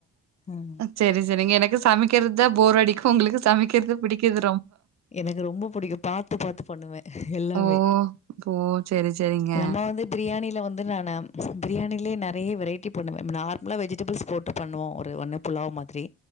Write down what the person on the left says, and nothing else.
ம்.
எனக்கு ரொம்ப புடிக்கும். பாத்து பாத்து பண்ணுவ <unintelligible>
நம்ம வந்து, பிரியாணில வந்து, வந்து நானு, பிரியாணிலயே நெறைய வெரைட்டி பண்ணுவ. நார்மலா வெஜிடபிள்ஸ் போட்டு பண்ணுவோ. ஒரு <unintelligible>